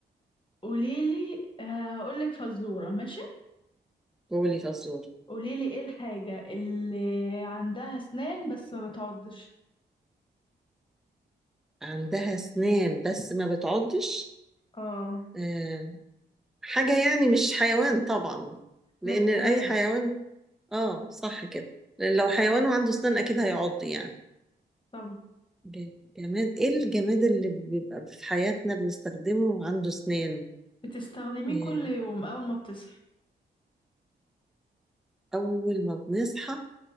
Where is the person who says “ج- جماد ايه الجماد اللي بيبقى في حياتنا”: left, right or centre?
Centre